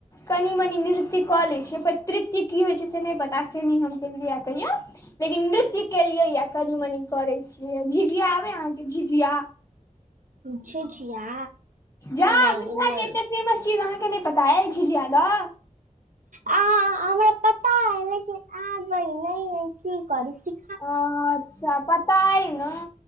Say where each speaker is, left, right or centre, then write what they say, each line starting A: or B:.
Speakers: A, on the left; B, on the right.
A: कनी मनी नृत्य त्य कऽ लै छियै, पर तृत्य की होइ छै? से नैय पता से नैय हम केलियै यैऽ कहियो। लेकिन नृत्य केलियै यैऽ, कनी मनी करै छियै, झिझिया आबै यैऽ अहाँके झिझिया?
B: झिझिया?
A: जा
B: नहि
A: मिथिला
B: नहि
A: के एते फेमस चीज अहाँके नैय पता अइ झिझया द?
B: आ हमरा पता अइ लेकिन आबै नै यैऽ, कि करु? सि
A: ॲंऽ अच्छा पता अइ न?